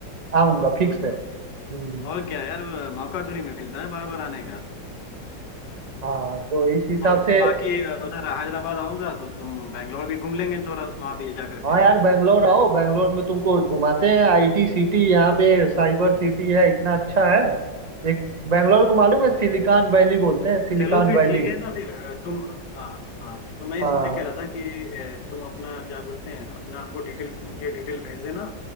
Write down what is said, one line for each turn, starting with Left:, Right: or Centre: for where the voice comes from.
Right: आऊंगा फिक्स
Left: हम्म। हम्म।
Right: है हम्म।
Left: और क्या यार मौका थोड़ी मिलता है बार बार आने का
Right: हाँ तो इस हिसाब
Left: और फिर
Right: से
Left: बाकी अ, उधर हैदराबाद आऊंगा तो तुम बैंगलोर भी घूम लेंगे थोड़ा वहां भी जा करके
Right: हाँ यार बैंगलोर आओ बैंगलोर में तुमको घुमाते हैं आईटी सिटी यहाँ पे साइबर सिटी है इतना अच्छा है एक बैंगलोर को मालूम है सिलिकॉन वैली बोलते हैं सिलिकॉन
Left: चलो फिर
Right: वैली
Left: ठीक है ना फिर अ, तुम हाँ हाँ तो मैं
Right: हाँ
Left: इसलिए कह रहा था कि अ, तुम अपना क्या बोलते हैं अपना हमको डिटेल मुझे डिटेल भेज देना